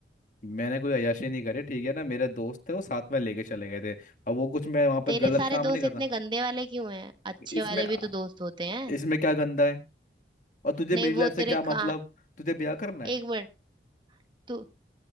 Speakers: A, on the left (about 45°); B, on the right (about 25°).
A: मैंने कोई अय्याशी नहीं करी ठीक है ना मेरे दोस्त थे वो साथ में लेके चले गए थे अब वो कुछ मैं वहां पे
B: तेरे
A: गलत
B: सारे
A: काम
B: दोस्त
A: नहीं करता
B: इतने गंदे वाले क्यों हैं अच्छे
A: इसमें
B: वाले भी तो दोस्त होते हैं
A: इसमें क्या गंदा है और तुझे
B: नहीं
A: मेरी लाइफ
B: वो
A: से
B: तेरे
A: क्या मतलब
B: का
A: तुझे ब्याह करना है
B: एक मिनट तू